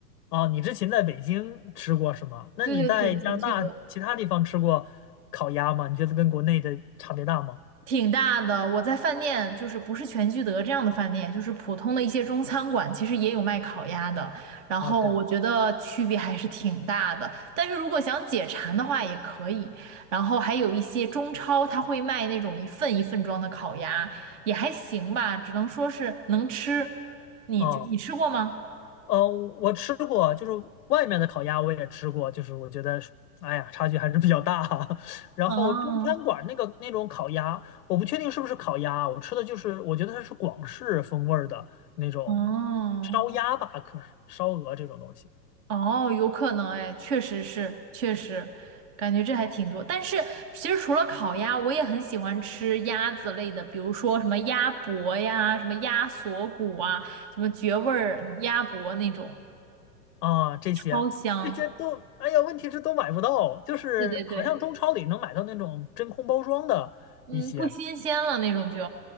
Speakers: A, on the left; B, on the right.
A: 哦，你之前在北京吃过是吗？那你在加拿大其他地方吃过烤鸭吗？
B: 对对对，全聚德。
A: 你觉得跟国内的差别大吗？
B: 挺大的。我在饭店，就是不是全聚德这样的饭店，就是普通的一些中餐馆，其实也有卖烤鸭的。然后我觉得区别还是挺大的。
A: 啊，对，
B: 但是如果想解馋的话，也可以。然后还有一些中超，他会卖那种一份一份装的烤鸭，也还行吧，只能说是能吃。你就你吃过吗？
A: 哦，呃，我吃过，就是外面的烤鸭我也吃过，就是我觉得，哎呀，差距还是比较大哈。<laughs> 然后中餐馆那个那种烤鸭，
B: 哦
A: 我不确定是不是烤鸭啊，我吃的就是我觉得它是广式风味儿的那种烧鸭吧，
B: 哦。
A: 可是烧鹅这种东西。
B: 哦，有可能哎，确实是，确实，感觉这还挺多。但是其实除了烤鸭，我也很喜欢吃鸭子类的，比如说什么鸭脖呀、什么鸭锁骨啊、什么绝味儿鸭脖那种，
A: 啊，这些这些都，
B: 超香。
A: 哎呀，问题是都买不到，就是好像中超里能买到那种真空包装的一些，
B: 对对对，嗯，不新鲜了那种就。